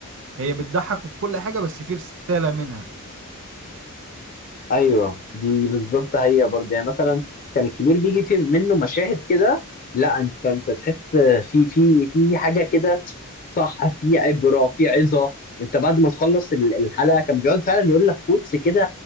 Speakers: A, on the right; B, on the left.
A: هي بتضحك وكل حاجه بس في رساله منها
B: ايوه دي بالظبط هي برضه يعني مثلا كان الكبير بيجي في منه مشاهد كده لا انت انت تحس في في في حاجه كده صح في عبره في عظه انت بعد ما تخلص ال- الحلقه كان بيقعد فعلا يقول لك كوتس كده